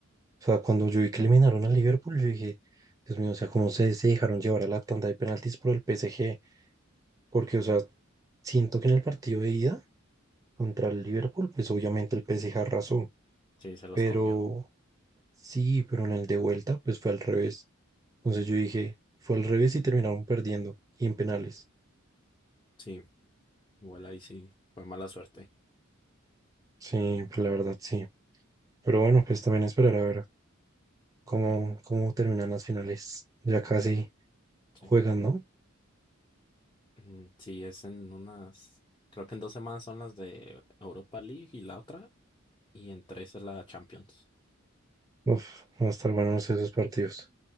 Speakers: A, on the right; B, on the left.
A: sea, cuando yo vi que eliminaron al Liverpool, yo dije, Dios mío, o sea, cómo se, se dejaron llevar a la tanda de penaltis por el P S G Porque, o sea, siento que en el partido de ida contra el Liverpool, pues obviamente el P S G arrasó.
B: Sí, se los
A: Pero
B: comió.
A: sí, pero en el de vuelta, pues fue al revés. Entonces yo dije, fue al revés y terminaron perdiendo y en penales.
B: Sí, igual ahí sí. Fue mala suerte.
A: Sí, pues la verdad, sí. Pero bueno, pues también esperar a ver cómo,
B: Ok,
A: cómo terminan las finales. Ya casi.
B: sí.
A: Juegan, ¿no?
B: Mm, Sí, es en unas. Creo que en dos semanas son las de Europa League y la otra. Y en tres es la Champions.
A: Uf, van a estar buenos esos partidos.